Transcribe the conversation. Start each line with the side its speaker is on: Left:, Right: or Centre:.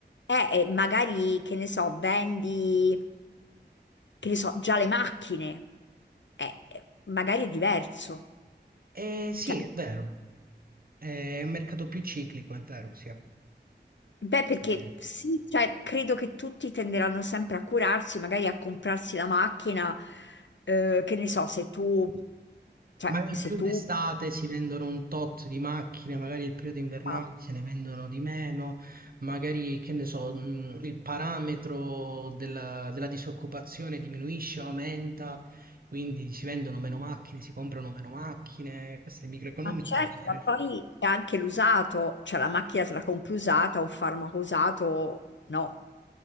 Left: Eh, eh, magari, che ne so, vendi, che ne so, già le macchine. Eh, eh, magari è diverso.
Right: Eh sì,
Left: Cioè,
Right: è vero. È un mercato più ciclico, è vero, sì.
Left: Beh, perché
Right: Eh,
Left: sì, cioè, credo che tutti tenderanno sempre a curarsi, magari a comprarsi la macchina, eh, che ne so, se tu, cioè,
Right: Magari
Left: se
Right: più
Left: tu...
Right: d'estate si vendono un tot di macchine, magari il periodo invernale
Left: Ma
Right: se ne vendono di meno, magari che ne so, mh, il parametro della, della disoccupazione diminuisce o aumenta, quindi si vendono meno macchine, si comprano meno macchine, questa è microeconomia.
Left: certo,
Right: viene-
Left: ma poi c'è anche l'usato, cioè la macchina te la compri usata, un farmaco usato, no.